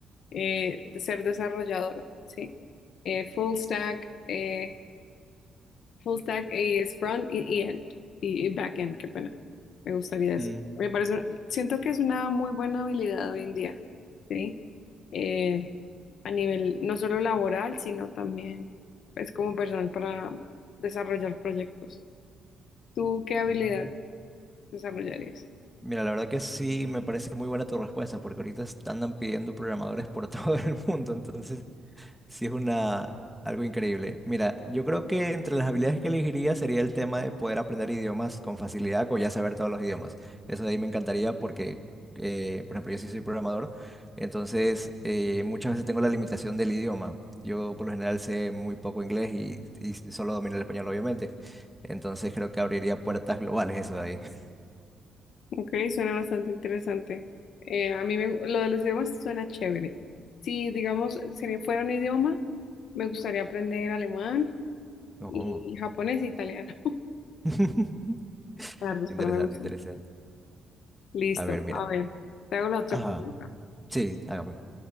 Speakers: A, on the left; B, in the centre.
A: eh, de ser desarrolladora, ¿sí? Eh, full stack, eh, full stack eh, es front y, y end, y, y back end, qué pena. Me gustaría eso.
B: Mm,
A: Me parece, siento que es una muy buena habilidad hoy en día, ¿sí? Eh, a nivel no solo laboral, sino también, pues, como personal para desarrollar proyectos. ¿Tú qué habilidad
B: mm.
A: desarrollarías?
B: Mira, la verdad que sí me parece muy buena tu respuesta, porque ahorita están- andan pidiendo programadores por <laughs> todo el mundo, entonces Sí, es una, algo increíble. Mira, yo creo que entre las habilidades que elegiría sería el tema de poder aprender idiomas con facilidad o ya saber todos los idiomas. Eso de ahí me encantaría porque, eh, por ejemplo, yo sí soy programador, entonces eh, muchas veces tengo la limitación del idioma. Yo por lo general sé muy poco inglés y, y solo domino el español, obviamente. Entonces creo que abriría puertas globales eso de ahí. <laughs>
A: Ok, suena bastante interesante. Eh, a mí me, lo de los idiomas suena chévere. Si, digamos, sería, fuera un idioma, me gustaría aprender alemán
B: Oh.
A: y japonés e italiano. <laughs>
B: <laughs>
A: Claro,
B: Interesante,
A: pero me gusta.
B: interesante.
A: Listo,
B: A ver,
A: a
B: mira.
A: ver, te hago la otra
B: Ajá.
A: pregunta.
B: Sí, hágame